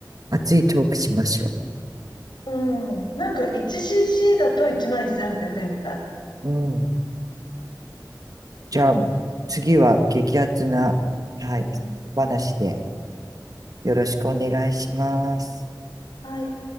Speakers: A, on the right (about 55°); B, on the left (about 75°).
A: 熱いトークしましょ
B: うんなんか 1cc だと11,800円みたい。
A: う。うん。じゃあ、次は激アツな、はい、
B: うん。
A: お話でよろしくお願いします。
B: はい。